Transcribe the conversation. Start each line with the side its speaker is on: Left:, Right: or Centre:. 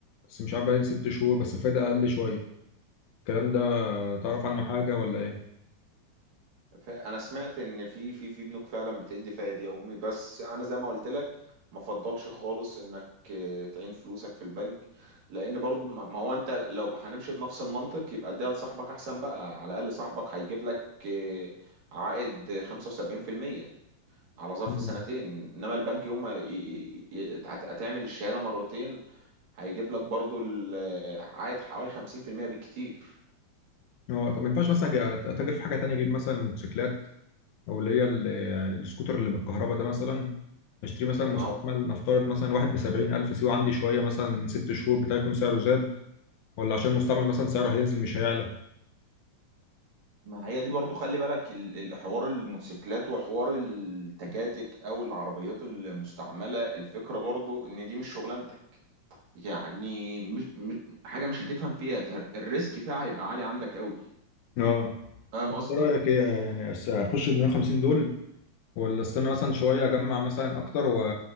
Left: بس مش عارف باين ست شهور بس فايده اقل شويه الكلام ده تعرف عنه حاجه ولا ايه
Right: ف- انا سمعت ان في في في بنوك فعلا بتدي فائد يومي بس انا زي ما قلت لك ما فضلش خالص انك آه، تعين فلوسك في البنك لان برضو ما ما هو انت لو هنمشي بنفس المنطق يبقى اديها لصاحبك احسن بقى على الاقل صاحبك هيجيب لك آه، عائد 75% على ظرف
Left: مم.
Right: سنتين انما البنك يوم ما ي- ي- ي- هت- هتعمل الشهاده مرتين هيجيب لك برضو ال- عائد حوالي 50% بالكتير
Left: اه طب ما ينفعش مثلا أجي أت- اتاجر في حاجه تانية اجيب مثلا موتوسيكلات او اللي هي ال- السكوتر اللي بالكهرباء ده مثلا اشتري مثلا مستعمل
Right: ما هو
Left: نفترض مثلا واحد ب 70000 سيبه عندي شويه مثلا ست شهور بتاعي يكون سعره زاد ولا عشان مستعمل مثلا سعره هينزل مش هيعلى
Right: ما هي دي برضو خلي بالك ال- الحوار الموتوسيكلات وحوار التكاتك او العربيات المستعمله الفكره برضو ان دي مش شغلانتك يعني مش مش حاجه مش هتفهم فيها فالريسك فيها هيبقى عالي عندك قوي
Left: اه
Right: فاهم قصدي
Left: ايه رايك ايه يعني أس- اخش ب 150 دول ولا استنى مثلا شويه اجمع مثلا اكتر و...